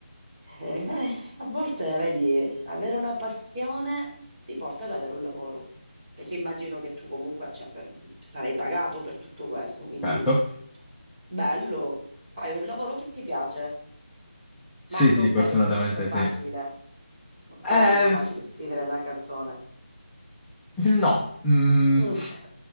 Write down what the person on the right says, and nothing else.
Eh, a volte, vedi, avere una passione ti porta ad avere un lavoro. Perché immagino che tu comunque, cioè, per- sarai pagato per tutto questo, quindi
bello, fai un lavoro che ti piace,
ma
non credo
sia tanto facile,
non
credo sia facile scrivere una canzone.
Mm.